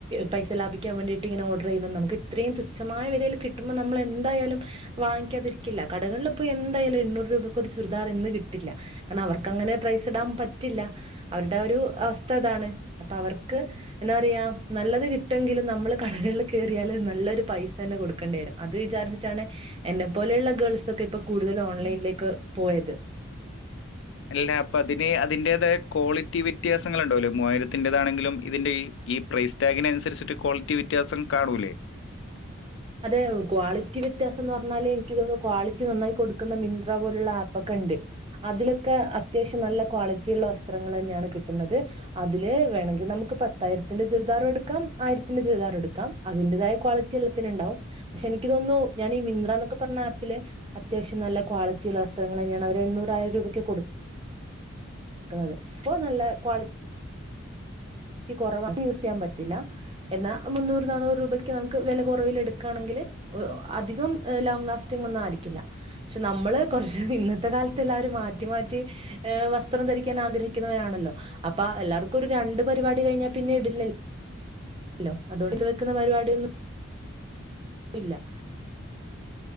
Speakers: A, on the right; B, on the left.
A: പൈസ ലാഭിക്കാൻ വേണ്ടിയിട്ട് ഇങ്ങനെ ഓഡർ ചെയ്യുന്നത്. നമുക്ക് ഇത്രയും തുച്ഛമായ വിലയിൽ കിട്ടുമ്പോ നമ്മൾ എന്തായാലും വാങ്ങിക്കാതിരിക്കില്ല. കടകളില് പൊയി എന്തായാലും എണ്ണൂറ് രൂപക്ക് ഒരു ചുരിദാർ ഇന്ന് കിട്ടില്ല. കാരണം, അവർക്കങ്ങനെ പ്രൈസ് ഇടാൻ പറ്റില്ല. അവരുടെ ഒരു അവസ്ഥ അതാണ്. അപ്പൊ അവർക്ക് എന്താ പറയാ, നല്ലത് കിട്ടുവെങ്കിലും നമ്മള് കടകളിൽ കയറിയാല് നല്ലൊരു പൈസ തന്നെ കൊടുക്കേണ്ടി വരും. അത് വിചാരിച്ചിട്ടാണ്. എന്നെ പോലെയുള്ള ഗേൾസ് ഒക്കെ ഇപ്പൊ കൂടുതലും ഓൺലൈനിലേക്ക് പോയത്.
B: അല്ലാ അപ്പൊ അതിന് അതിന്റേതായ ക്വാളിറ്റി വ്യത്യാസങ്ങൾ ഉണ്ടാവല്ലോ, മൂവായിരത്തിന്റേതാണെങ്കിലും ഇതിന്റെ ഈ ഈ പ്രൈസ് ടാഗിനനുസരിച്ചിട്ട് ക്വാളിറ്റി വ്യത്യാസം കാണൂല്ലേ.
A: അതെ ക്വാളിറ്റി വ്യത്യാസം എന്ന് പറഞ്ഞാല് എനിക്ക് തോന്നുന്നു. ക്വാളിറ്റി നന്നായി കൊടുക്കുന്ന മിത്ര പോലുള്ള ആപ്പൊക്കെ ഉണ്ട്. അതിലൊക്കെ അത്യാവശ്യം നല്ല ക്വാളിറ്റി ഉള്ള വസ്ത്രങ്ങൾ തന്നെയാണ് കിട്ടുന്നത്. അതില് വേണെങ്കി നമുക്ക് പത്തായിരത്തിന്റെ ചുരിദാറും എടുക്കാം. ആയിരത്തിന്റെ ചുരിദാർ എടുക്കാം. അതിന്റെതായ ക്വാളിറ്റി അൽ ണ്ടാവും പക്ഷെ എനിക്ക് തോന്നുന്നു ഞാൻഈ മിത്രന്നൊക്കെ പറഞ്ഞാപ്പില് അത്യാവശ്യം നല്ല ക്വാളിറ്റിയുള്ള വസ്ത്രങ്ങളന്നെയാണ് അവർ എണ്ണൂറായിരം രൂപക്ക് കൊടു കൊടുക്കുന്നത്. അപ്പോ നല്ല ക്വാളിറ്റി ക്വാളിറ്റികുറവാ. യൂസ് ചെയ്യാൻ പറ്റില്ല. എന്നാ മുന്നൂറ്, നാനൂറ്, രൂപയ്ക്ക് നമുക്ക് വില കുറവിലെ ടുക്കാണെങ്കിൽ അധികം ലോങ്ങ് ലാസ്റ്റിംഗന്നും ആയിരിക്കില്ല. പക്ഷെ നമ്മള് കുറച്ച് ഇന്നത്തെ കാലത്ത് എല്ലാരും മാറ്റി മാറ്റി വസ്ത്രം ധരിക്കാൻ ആഗ്രഹിക്കുന്നവരാണല്ലോ, അപ്പൊ എല്ലാവർക്കും ഒരു രണ്ട് പരിപാടി കഴിഞ്ഞാൽ പിന്നെ ഇടില്ല ഇടില്ലല്ലോ. അ, അതോട് ഇത് വെക്കുന്ന പരിപാടിയൊന്നും ഇല്ല.